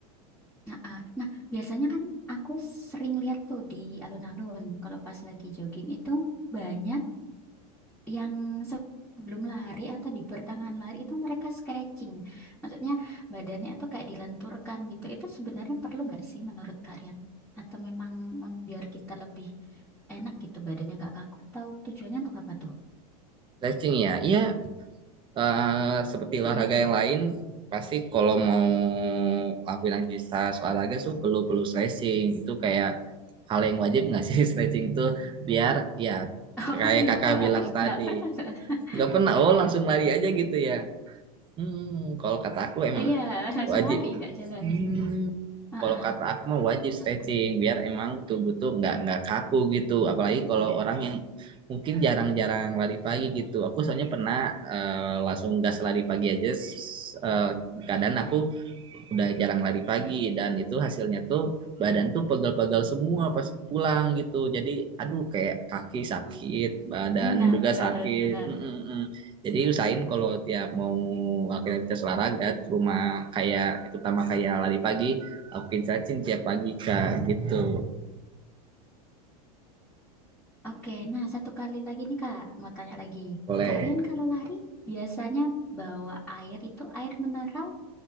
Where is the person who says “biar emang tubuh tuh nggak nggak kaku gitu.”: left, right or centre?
Right